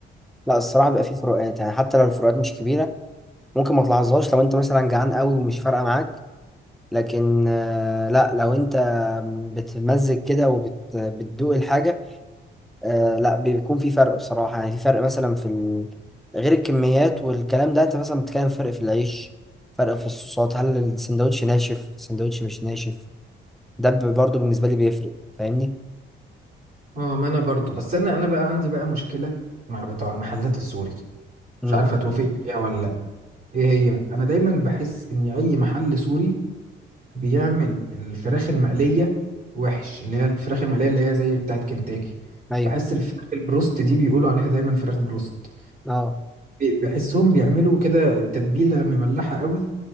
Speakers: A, in the centre; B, on the right.
A: لا الصراحه بيبقى في فروقات يعني حتى لو الفروقات مش كبيره ممكن ما تلاحظهاش لو انت مثلا جعان قوي ومش فارقه معاك لكن آه، لا لو انت بتمزج كده وبتدوق الحاجه آه، لا بيكون في فرق بصراحه يعني في فرق مثلا في ال... غير الكميات والكلام ده انت مثلا بتتكلم فرق في العيش فرق في الصوصات هل السندوتش ناشف السندوتش مش ناشف ده ب- برضه بالنسبه لي بيفرق فاهمني
B: اه ما انا برضو بس انا انا بقى عندي بقى مشكلة مع بتوع المحلات السوري
A: امم
B: مش عارف هتوافقني فيها ولا ايه هي انا دايما بحس ان اي محل سوري بيعمل الفراخ المقليه وحش اللي هي الفراخ المقليه اللي هي زي بتاعه كنتاكي
A: ايوه
B: بحس الفراخ البروست دي بيقولوا عليها دايما فراخ بروست
A: اه
B: بحسهم بيعملوا كده التتبيله مملحه قوي